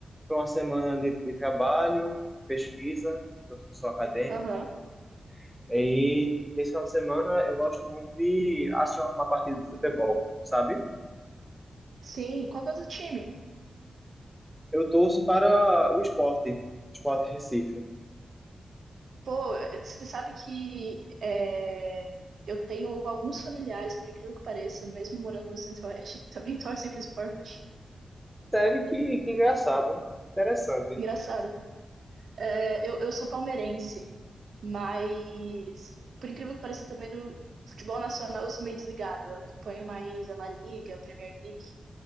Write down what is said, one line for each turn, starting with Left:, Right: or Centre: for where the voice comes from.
Centre: Foi uma semana de, de trabalho, pesquisa. Eu sou acadêmico.
Right: Aham.
Centre: E nesse final de semana eu gosto muito de assistir uma uma partida de futebol, sabe?
Right: Sim, qual que é o teu time?
Centre: Eu torço para o esporte, Esporte Recife.
Right: Pô, você sabe que é, eu tenho alguns familiares, por incrível que pareça, mesmo morando no Centro-Oeste, que também <laughs> torcem pro esporte.
Centre: Sério que, que engraçado. Interessante.
Right: Engraçado. É, eu, eu sou palmeirense, mas por incrível que pareça, também no futebol nacional eu sou meio desligado. Eu acompanho mais a La Liga, a Premier League.